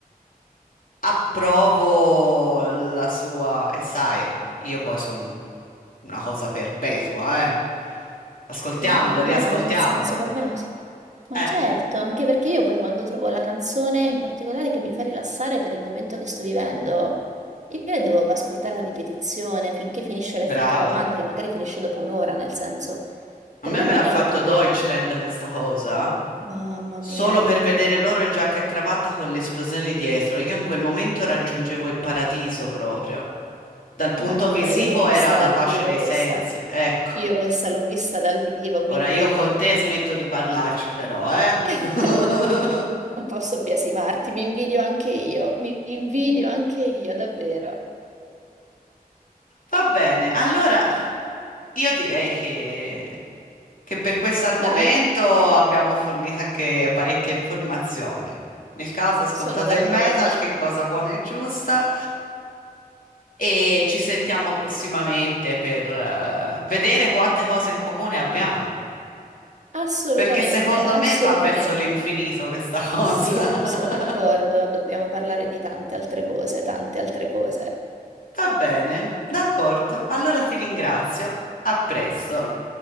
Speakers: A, on the left (about 65°); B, on the right (about 50°).
A: approvo la sua, e sai, io poi sono una cosa perpetua, eh. Ascoltiamolo,
B: ma è normale,
A: riascoltiamolo.
B: nel senso, per me la musica... Ma
A: Eh,
B: certo, anche perché io poi quando trovo la canzone in particolare che mi fa rilassare per il momento che sto vivendo, io la devo ascoltare a ripetizione finché finisce l'effetto
A: brava.
B: calmante, che magari finisce dopo un'ora, nel senso. Per
A: A me
B: me
A: me
B: non
A: l'ha
B: è
A: fatto
B: un problema.
A: Deutschland questa cosa,
B: Mamma
A: solo
B: mia.
A: per vedere loro in giacca e cravatta con le esplosioni dietro. Io in quel momento raggiungevo il paradiso proprio. Dal punto
B: Guarda,
A: visivo
B: io l'ho vista
A: era la
B: dal
A: pace
B: vivo
A: dei
B: questa.
A: sensi. Ecco,
B: Io questa l'ho vista dal vivo, quindi
A: ora io con te smetto di parlarci però, eh?
B: <laughs>
A: <laughs>
B: non posso biasimarti. Mi invidio anche io, mi invidio anche io, davvero.
A: Va bene, allora io direi che che per questo argomento
B: Dai,
A: abbiamo fornito anche parecchie informazioni. Nel caso ascoltate
B: sono d'accordo.
A: il metal, che è cosa buona e giusta, e ci sentiamo prossimamente per eh, vedere quante cose in comune abbiamo,
B: Assolutamente,
A: perché secondo
B: assolutamente.
A: me va verso l'infinito questa cosa.
B: Sì, sono d'accordo.
A: <laughs>
B: Dobbiamo parlare di tante altre cose, tante altre cose.
A: Va bene, d'accordo, allora ti ringrazio, a presto,
B: Sì.